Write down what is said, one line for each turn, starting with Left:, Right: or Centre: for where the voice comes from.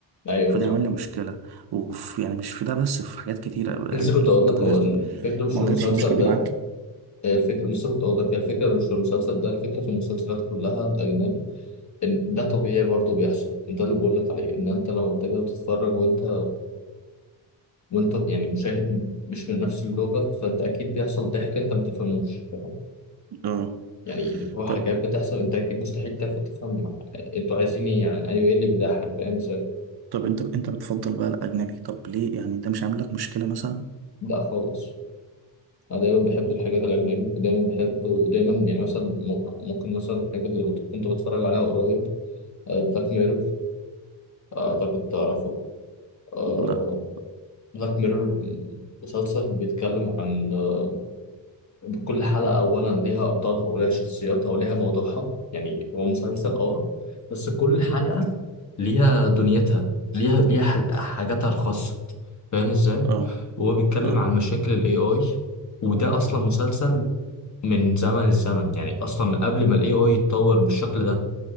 Left: ايوه
Right: فده
Left: صح
Right: عمل لي مشكلة وفي يعني مش في ده بس في حاجات كتيرة
Left: لسه
Right: يعني
Left: كنت اقول
Right: انت
Left: لك
Right: ما واجهت-
Left: هو الفكره مش
Right: ما
Left: في
Right: واجهتش
Left: المسلسل
Right: المشكلة
Left: ده
Right: دي معاك
Left: الفكرة لسه كنت أقول لك هي الفكرة مش في المسلسل ده الفكرة في المسلسلات كلها الأجنبي إن ده طبيعي برضه بيحصل ده اللي بقول لك عليه إن أنت لما بتبقى بتتفرج وأنت وأنت يعني مشاهد مش من نفس اللغة فأنت أكيد بيحصل ضحك أنت ما تفهموش فاهم؟
Right: اه
Left: يعني اللي هو
Right: طب
Left: حاجات بتحصل أنت أكيد مستحيل تف- تفهم أنتوا عايزين إيه يعني أيوه إيه اللي بيضحك فاهم إزاي؟
Right: طب انت انت بتفضل بقى الاجنبي طب ليه يعني ده مش عامل لك مشكله مثلا
Left: لا خالص أنا دايما بحب
Right: مم.
Left: الحاجات الأجنبي ودايما بحب ودايما يعني مثلا ممكن مثلا الحاجة اللي كنت بتفرج عليها قريب بلاك ميرور أعتقد تعرفه آه،
Right: لا
Left: بلاك ميرور مسلسل بيتكلم عن آه، كل حلقة أولا ليها أبطالها وليها شخصياتها وليها موضوعها يعني هو مسلسل أه بس كل حلقة ليها دنيتها ليها ليها حل- حاجاتها الخاصة فاهم إزاي؟
Right: اه
Left: وهو بيتكلم
Right: اه
Left: عن مشاكل ال AI وده أصلا مسلسل من زمن الزمن يعني أصلا من قبل ما ال AI يتطور بالشكل ده